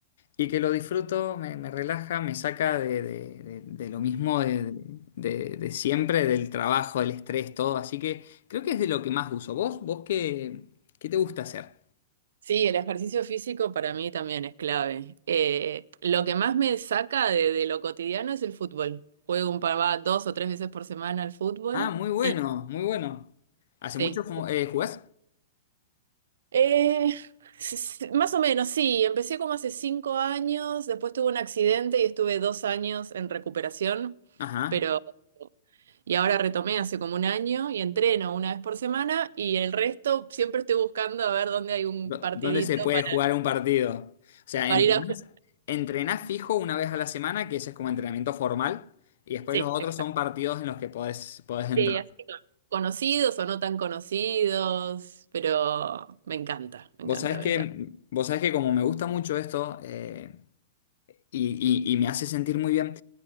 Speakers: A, on the left (about 70°); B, on the right (about 75°).
A: y que lo disfruto, me, me relaja, me saca de, de- de- de lo mismo de, de- de siempre, del trabajo, del estrés, todo. Así que creo que es de lo que más uso. ¿Vos, vos qué, qué te gusta hacer?
B: Sí, el ejercicio físico para mí también es clave. Eh, lo que más me saca de, de lo cotidiano es el fútbol. Juego un par, va dos o tres veces por semana al fútbol
A: Ah, muy bueno,
B: y
A: muy bueno. ¿Hace
B: sí.
A: mucho fu- eh, jugás?
B: Eh, s- s- más o menos, sí. Empecé como hace cinco años, después tuve un accidente y estuve dos años en recuperación,
A: Ajá.
B: pero y ahora retomé hace como un año y entreno una vez por semana y el resto siempre estoy buscando a ver dónde hay un
A: Do-
B: partidito
A: ¿Dónde se puede
B: para,
A: jugar un partido? O sea,
B: para
A: entrenás,
B: ir a jugar.
A: entrenás fijo una vez a la semana, que ese es como entrenamiento formal, y después
B: Sí,
A: los otros
B: exacto.
A: son partidos en los que podés, podés entrar.
B: Sí, así que con- Conocidos o no tan conocidos, pero me encanta, me
A: Vos
B: encanta,
A: sabés que,
B: me encanta.
A: vos sabés que como me gusta mucho esto, eh, y, y- y me hace sentir muy bien,